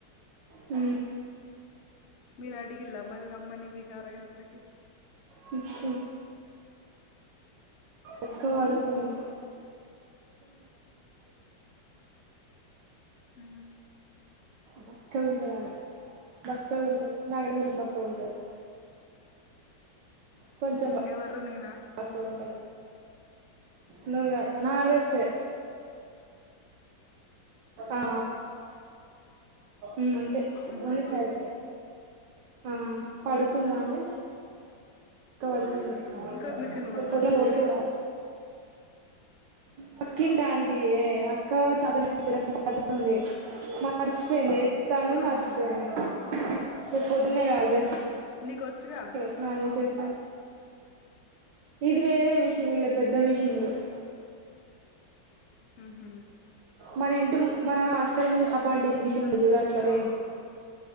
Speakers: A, on the right; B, on the left.
A: ఊ
B: మీరు అడిగిల్ల మరి రమ్మని విహార యాత్రకి
A: చ్చ ఒక్క వడుకుంది
B: ఉమ్ ఊ
A: బక్కగుంటదామే బక్కగుంటది నా కంటే కొంచెం బక్కగుంటది కొంచెం బ
B: ఎవరు నేనా
A: బక్కగుంటది ను గా నా డ్రస్సే అ ఉ అంతే
B: మ్మ్
A: ఓన్లీ సైడ్కే ఆ పడుకుందామే వక్క పడుకుంది రెప్
B: ఇంకా మిషన్ కుడతాందా
A: పొద్దున్న ఫోర్
B: మీ పిన్ని
A: కే పక్కంట ఆంటియ అక్క చదని ది మర్చిపోయింది ఎ తను మర్చిపోయింది
B: మ్మ్
A: రేపు పోదునే కావాలి రేప్
B: మ్మ్ నీకు వచ్చుగా
A: వేసు స్నాగ చేస ఇది వేరే మిషన్ల పెద్ద
B: నీకు
A: మిషన్లు <unintelligible>
B: ఉహు
A: మన ఇంటి ముం మన హాస్టల్ ము షాప్ ఆంటీ మిషన్ ఉ చూడు అట్లాగే